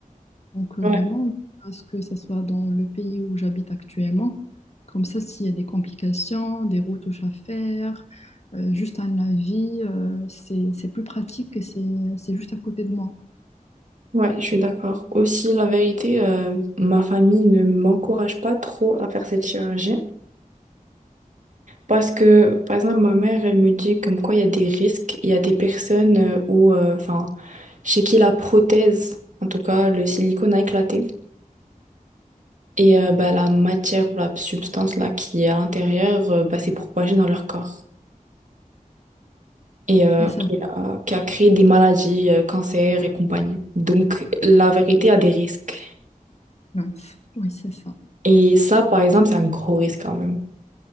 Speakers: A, on the left (about 50°); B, on the right (about 60°).
A: Donc euh,
B: Ouais,
A: vraiment, à ce que ça soit dans le pays où j'habite actuellement, comme ça, s'il y a des complications, des retouches à faire, euh, juste un avis, euh, c'est c'est plus pratique et c'est c'est juste à côté de moi.
B: Ouais, je suis d'accord. Aussi, la vérité, euh, ma famille ne m'encourage pas trop à faire cette chirurgie. Parce que, par exemple, ma mère, elle me dit comme quoi il y a des risques, il y a des personnes euh, où, euh, enfin, chez qui la prothèse, en tout cas le silicone a éclaté. Et euh, bah, la matière ou la substance là qui est à l'intérieur euh, bah, s'est propagée dans leur corps et euh,
A: Et ça,
B: qui a, qui a créé des maladies, euh, cancers et compagnie. Donc la vérité a des risques.
A: mince. oui, c'est ça.
B: Et ça, par exemple, c'est un gros risque quand même.